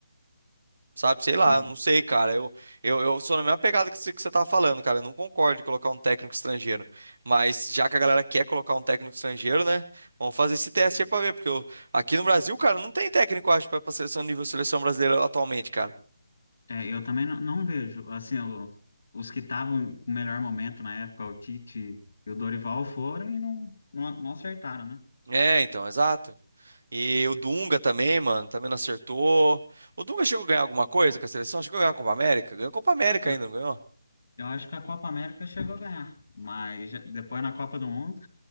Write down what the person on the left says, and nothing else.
é
É, eu também não, não vejo. Assim, o- os que estavam com o melhor momento na época, o Tite e o Dorival, foram e não, não, não acertaram, né?
Eu,
eu acho que a Copa América chegou a ganhar, mas já- depois na Copa do Mundo.